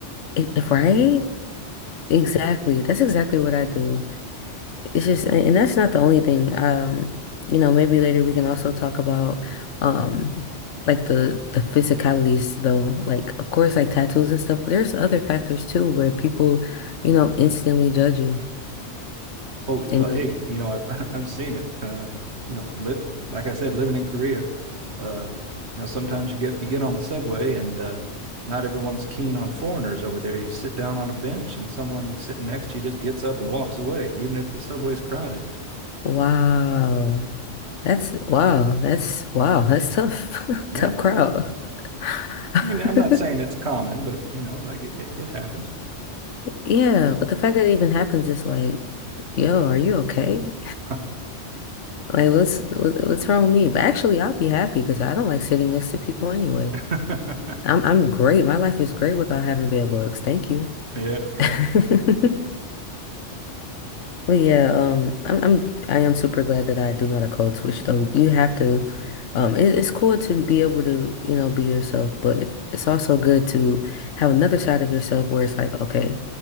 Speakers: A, on the left; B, on the right.
A: It, right? Exactly. That's exactly what I do. It's just, and that's not the only thing. Um, you know, maybe later we can also talk about um like the the physicalities though. Like of course like tattoos and stuff, but there's other factors too where people, you know, instantly judge you
B: Oh, well,
A: and you
B: hey, you know, I've <laughs> I've seen it. Uh, you know, li like I said, living in Korea, uh, you know, sometimes you get you get on the subway and uh, not everyone's keen on foreigners over there. You sit down on a bench and someone sitting next to you just gets up and walks away, even if the subway's crowded.
A: wow. That's wow, that's wow, that's tough. <laughs>
B: Yeah,
A: Tough crowd.
B: yeah.
A: <laughs>
B: I mean, I'm not saying it's common, but you know, like it, it happens.
A: Yeah, but the fact that it even happens is like, yo, are you okay?
B: <laughs>
A: Like what's what- what's wrong with me? But actually I'll be happy because I don't like sitting next to people anyway.
B: yeah,
A: I'm I'm great. My life is great without having bed bugs. Thank you.
B: yeah,
A: <laughs> But yeah, um, I'm I'm I am super glad that I do not a code switch though. You have to, um, it, it's cool to be able to, you know, be yourself, but it's also good to have another side of yourself where it's like, okay,